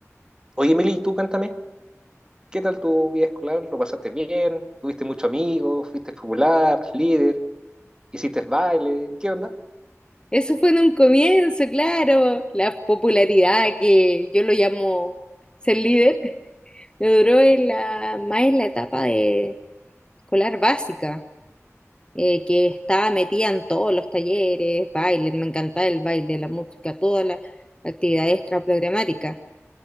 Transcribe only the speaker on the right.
Oye, Emily, ¿y tú cántame? ¿Qué tal tu vida escolar? ¿Lo pasaste bien? ¿Tuviste muchos amigos? ¿Fuiste popular? ¿Líder? ¿Hiciste baile? ¿Qué onda?